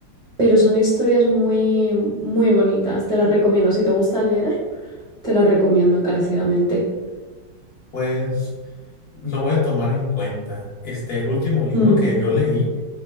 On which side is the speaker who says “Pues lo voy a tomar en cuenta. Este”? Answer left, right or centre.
Left